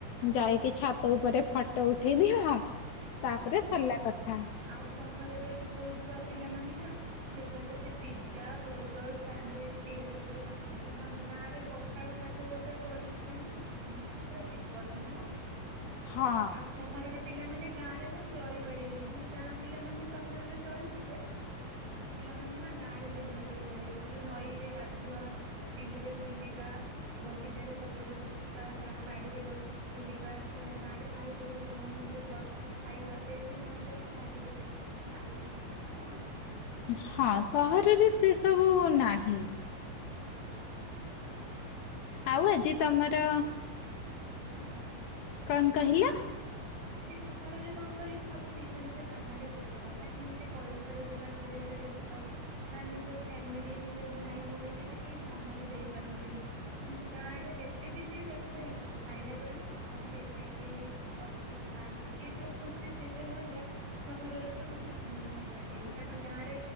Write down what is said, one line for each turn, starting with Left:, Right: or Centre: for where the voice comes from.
Left: ଯାଇକି
Right: କଥା
Left: ଛାତ ଉପରେ ଫଟୋ ଉଠେଇ ଦିଅ ତାପରେ ସରିଲା କଥା।
Right: ଆଉ ସହରରେ ରହୁଥିବା ପିଲାମାନେ ନା ସେ ଖାଲି ତ ସେ ପିଜା ବର୍ଗର ସାଣ୍ଡଉଇଚ ଏଇ ସବୁରେ ମାତିଲେ। କିନ୍ତୁ ଆମ ଗାଁ ରେ ପଖାଳ ଶାଗ ବଜା ବଡି ଚୁରା ହିଁ ଅନାଉ। ପୁରା ଜୀବନ ନୁହଁ
Left: ହଁ
Right: ଆଉ ସହରର ପିଲାମାନେ ଗାଁ ରେ ନା ଚଳି ପାରିବେନି, କିନ୍ତୁ ଗାଁ ପିଲାମାନେ ସହରରେ ଚଳିଯିବେ। ସହର ପିଲାମାନେ ନା ଗାଁ ରେ ଜମା ଚଳିପାରିବେନି। ସେ ଯୋଉ ନଈ ରେ ଗାଧୁଆ ବିଲରେ ବୁଲିବା ବଗିଚା ରେ ସବୁବେଳେ ବସିବା ଗାଁ ବାଡିରେ ବସ ବୁଲିବା ଗାଁ ରେ ସାହି ପଡିଶା ସମସ୍ତଙ୍କୁ ତ ବ କି ଖାଇବା ସେଇ ଯୋଉ ମଜା ସହର ପିଲାମାନେ କେବେ ପାଇ ହି ନାହାନ୍ତି ନା।
Left: ହଁ ସହରରେ ସେ ସବୁ ନାହିଁ।
Right: ଠିକ୍ କଥା।
Left: ଆଉ ଆଜି ତମର
Right: ହଁ
Left: କଣ କହିଲ?
Right: ସହରରେ କଣ କହିଲ ସବୁ ନିଜ ନିଜ କାମରେ ବ୍ୟସ୍ତ ଖାଲି ନିଜେ ପଇସା ରୋଜଗାର କରିବାରେ ବ୍ୟସ୍ତ। ନା ନିଜ ଫ୍ୟାମିଲି ନିଜର ଭାଇ ଭଉଣୀ କେ ବି କେହି ସମୟ ଦେଇପାରନ୍ତିନି। କିନ୍ତୁ ଗାଁରେ ଯେତେବି ଯିଏ ବ୍ୟସ୍ତ ହେଇଥାଉ ଖାଇଲା ବେଳେ ନା ସମସ୍ତେ ଏକାଠି ହେଇ ବସି ଖାଆନ୍ତି ସେ ଯୋଉ ଖୁସି ସେ ଯୋଉ ମଜା ସହରରେ ତ ମତେ ଜମା ବି ଭଲ ଲାଗେନି କାରଣ ଗାଁରେ